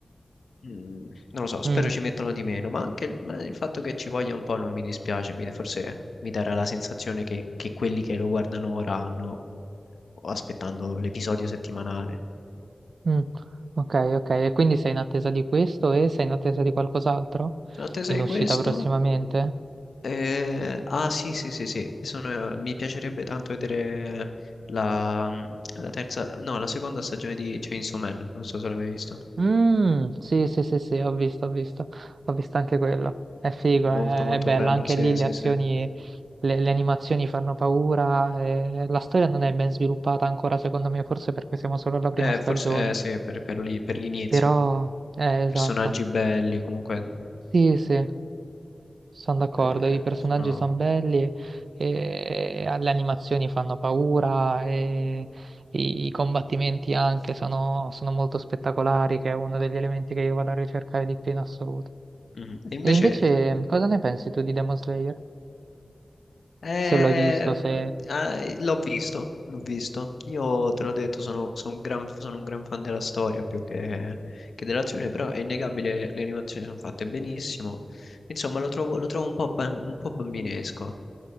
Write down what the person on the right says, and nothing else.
Mm,
Mm, ok, ok, e quindi sei in attesa di questo e sei in attesa di qualcos'altro?
In
uscita
prossimamente?
Mm, sì, sì, sì, sì, ho visto, ho visto, ho visto anche quello. È figo,
è,
è bella,
anche
lì le
azioni,
le, le animazioni fanno paura, e la storia non è ben sviluppata ancora, secondo me, forse perché siamo solo alla prima
stagione,
però, eh, esatto.
Sì, sì. Sono d'accordo,
i personaggi
sono belli, e le animazioni fanno paura, e i, i combattimenti anche sono, sono molto spettacolari, che è uno degli elementi che io vado a ricercare di più in assoluto.
E invece cosa ne pensi tu di Demon Slayer?
Se lo hai visto, se...